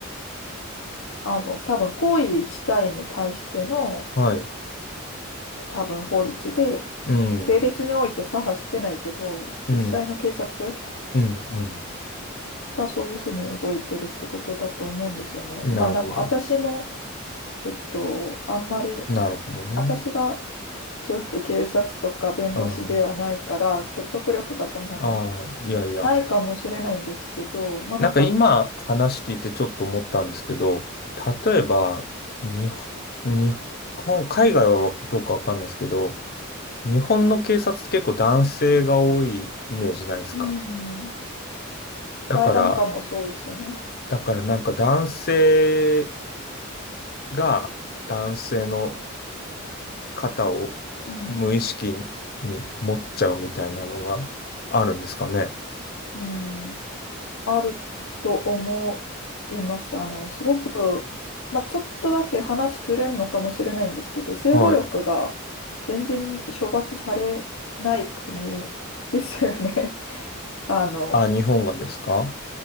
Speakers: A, on the left; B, on the left.
A: あの、多分、行為一体に対しての、
B: はい。
A: 多分、法律で、
B: うん、
A: 性別において左派してないけど、
B: うん、
A: 実際の警察
B: うん、
A: がそういうふうに動いてるってことだと思うんですよね。
B: うん。
A: まあ、
B: なるほど。
A: でも私も、えっと、あんまり、
B: なるほどね。
A: 私がちょっと警察とか弁護士ではないから、
B: あ
A: 説得力がそんなに
B: あ、ああ、いやいや。
A: ないかもしれないんですけど、まあ、なんか、
B: なんか今話聞いてちょっと思ったんですけど、例えば、日本、日本、海外はどうかわかんないですけど、日本の警察って結構男性が多いイメージないですか
A: うん、
B: だから、
A: 裁判官もそうですよね。
B: だからなんか男性が男性の肩を無意識に持っちゃうみたいなのがあるんですかね。
A: うんうん、あると思います。あの、すごく、まあ、ちょっとだけ話ずれるのかもしれないんですけど、性暴力が全然処罰されない国ですよね。
B: はい。
A: <laughs> あの、
B: あ、日本がですか